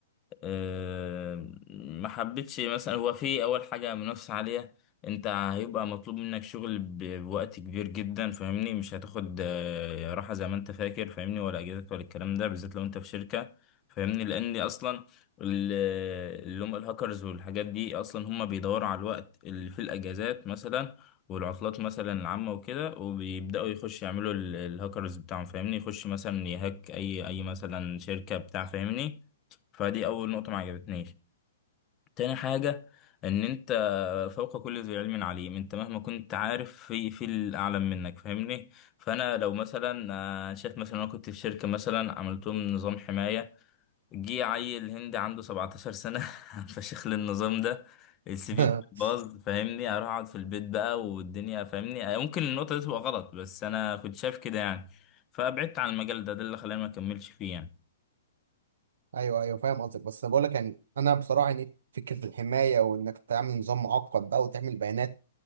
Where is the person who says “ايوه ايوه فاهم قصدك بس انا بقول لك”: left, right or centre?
Right